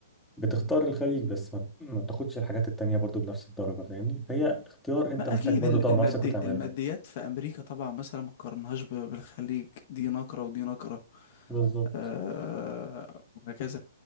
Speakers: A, in the centre; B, on the left.
A: بتختار الخليج بس ما, ما بتاخدش الحاجات التانية برضو بنفس الدرجة فاهمني فهي اختيار انت
B: ما
A: محتاج
B: اكيد
A: برضو
B: ال-
A: تقعد
B: المادي
A: مع نفسك وتعمله
B: الماديات في امريكا طبعا مثلا ما قارنهاش ب- بالخليج دي نقرة ودي نقرة
A: بالظبط
B: آه، وهكذا